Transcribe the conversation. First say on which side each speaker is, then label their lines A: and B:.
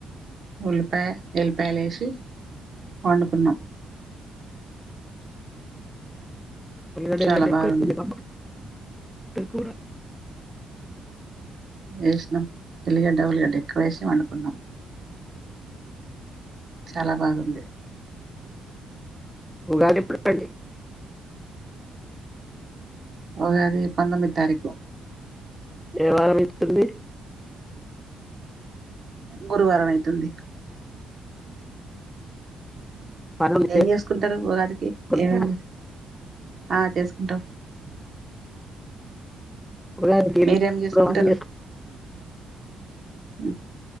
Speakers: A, on the right; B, in the centre.
A: ఉల్లిపాయ ఏలిపాయలు లేసి వండుకున్నాం
B: ఉల్లిగడ్డ
A: చాలా
B: ఎల్లిగడ్డ ఎక్కువ
A: బాగుంది
B: ఇతుందు కూర
A: వేసినాం ఎలిగడ్డ ఉలిగడ్డ ఎక్కువ వేసినం అండు కున్నాం చాలా బాగుంది
B: ఉగాది ఎప్పుడు అండి.
A: ఉగాది పంతొమ్మిది తారీ
B: ఏ వారం వస్తుంది
A: గురువారం అయితుంది
B: పనులు
A: ఏం చేసుకుంటారు ఉగాదికి
B: చేసుకుంటున్నారా?
A: ఏమేం ఆ చేసుకుంటాం
B: ఉగాదికి
A: మీరేం
B: ఇప్పుడు
A: చేసుకుంటారు
B: అన్ని
A: ఉమ్